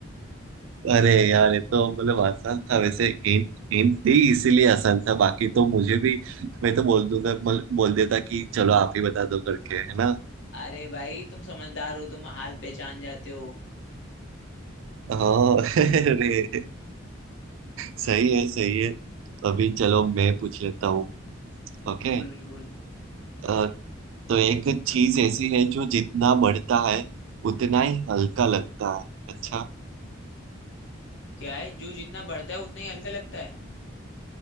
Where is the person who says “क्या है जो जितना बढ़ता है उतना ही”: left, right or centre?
Left